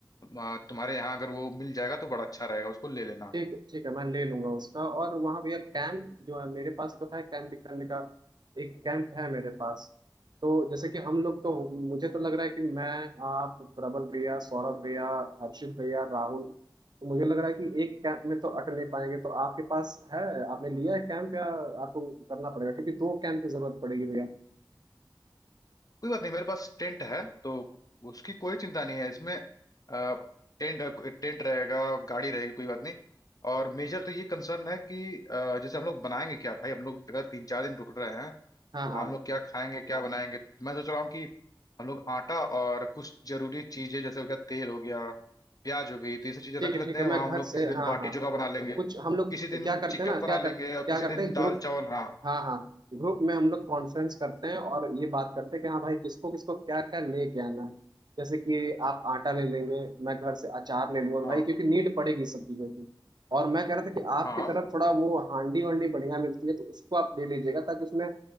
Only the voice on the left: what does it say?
आ, तुम्हारे यहाँ अगर वो मिल जाएगा तो बड़ा अच्छा रहेगा उसको ले लेना
कोई बात नहीं मेरे पास टेंट है तो उसकी कोई चिंता नहीं है इसमें अ, टेंट टेंट रहेगा गाड़ी रहेगी कोई बात नहीं और मेजर तो ये कंसर्न है कि अ, जैसे हम लोग बनाएंगे क्या भाई हम लोग अगर तीन चार दिन रुक रहे हैं
तो
हम लोग क्या खाएंगे क्या बनाएंगे तो मैं सोच रहा हूँ कि हम लोग आटा और कुछ जरूरी चीजें जैसे हो गया तेल हो गया प्याज हो गई तो ये सब चीजें
रख
लेते
हैं
वहां
हम लोग
किसी दिन
बाटी
चोखा बना लेंगे
किसी दिन
चिकन
बना
लेंगे
और किसी
दिन
दाल
चावल हाँ
हाँ
हाँ